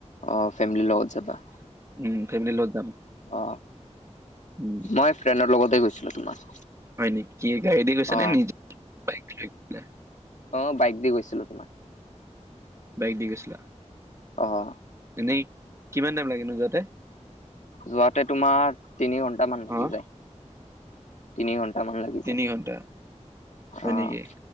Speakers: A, on the left (about 80°); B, on the right (about 25°).
A: অ ফেমিলিৰ লগত যাবা
B: উম, ফেমিলি লগত যাম,
A: অ
B: উম।
A: মই ফ্ৰেণ্ডৰ লগতে গৈছিলো তোমাৰ।
B: হয় নেকি গাড়ীতে গৈছে
A: অ
B: নে নিজে বাইক লৈ? গৈছিলা?
A: অ', বাইক দি গৈছিলো তোমাৰ।
B: বাইক দি গৈছিলা?
A: অ'।
B: এনেই কিমান টাইম লাগে নো যাওঁতে?
A: যোৱাতে তোমাৰ তিনি ঘন্টামান লাগি
B: অ'।
A: যায়। তিনি ঘন্টামান লাগি
B: তিনি
A: যায়,
B: ঘণ্টা হয়
A: অ',
B: নেকি